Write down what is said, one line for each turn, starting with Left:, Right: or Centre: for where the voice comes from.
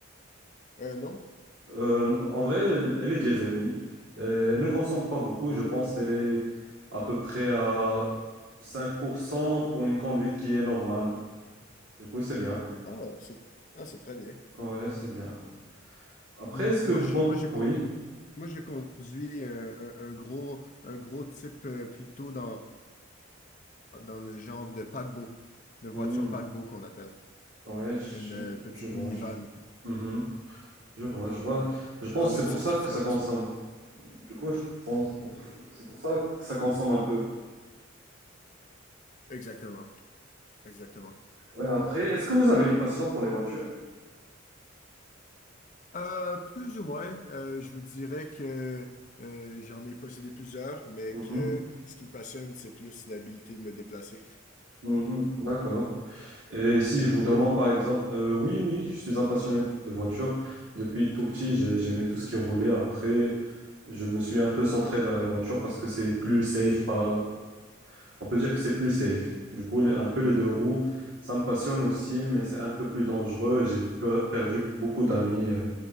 Left: Euh, non.
Right: Euh, en vrai, elle, elle est diesel, oui. Euh, elle ne consomme pas beaucoup, je pense qu'elle est à peu près à cinq pour cent pour une conduite qui est normale. Du coup, c'est bien.
Left: Ah, c'est ah, c'est très bien.
Right: Ouais, c'est bien. Après,
Left: Hmm,
Right: est-ce que
Left: Moi,
Right: vous
Left: je,
Right: pensez...
Left: moi, je, con-
Right: Oui.
Left: moi, je conduis euh, un, un gros, un gros type euh, plutôt dans, dans le genre de paquebot, de voiture
Right: Hmm.
Left: paquebot qu'on appelle.
Right: Ouais, je,
Left: Une euh, petite
Right: je vois,
Left: minivan.
Right: je vois. Mhm. Je vois,
Left: Dans,
Right: je
Left: le-
Right: vois.
Left: ouais.
Right: Je pense
Left: dans
Right: que
Left: le
Right: c'est
Left: type
Right: pour ça
Left: qui
Right: que
Left: flotte.
Right: ça consomme. Du coup, je pense pour- c'est pour ça que ça consomme un peu.
Left: Exactement. Exactement.
Right: Ouais, après, est-ce que vous avez une passion pour les voitures?
Left: Euh, plus ou moins, Euh, je vous dirais que euh, j'en ai possédé plusieurs, mais
Right: Mhm.
Left: que ce qui me passionne, c'est plus l'habilité de me déplacer.
Right: Mhm. D'accord. Et si je vous demande
Left: Et vous?
Right: par exemple, euh, oui, oui, je suis un passionné de voitures. Depuis tout petit, j'ai- j'aimais tout ce qui roulait. Après, je me suis un peu centré vers les voitures parce que c'est plus safe. Pas... On peut dire que c'est plus safe. Du coup, le- un peu les deux roues, ça me passionne aussi, mais c'est un peu plus dangereux. J'ai per- perdu beaucoup d'amis euh,